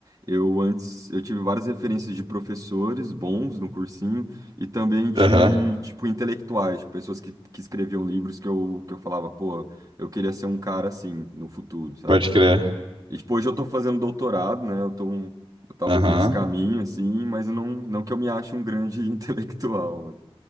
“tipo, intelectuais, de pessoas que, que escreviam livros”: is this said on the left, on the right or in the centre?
Right